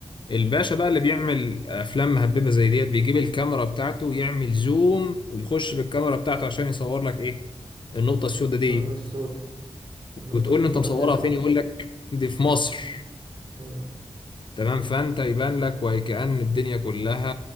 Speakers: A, on the left; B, on the right.
A: الباشا بقى اللي بيعمل افلام مهببه زي ديت بيجيب الكاميرا بتاعته ويعمل زوم ويخش بالكاميرا بتاعته عشان يصور لك ايه النقطه السوداء
B: النقطة
A: دي
B: السوداء النقطة
A: وتقول
B: السوداء
A: له انت مصورها
B: تظهر
A: فين يقول لك دي في مصر
B: مم.
A: تمام فانت يبان لك وكأن الدنيا كلها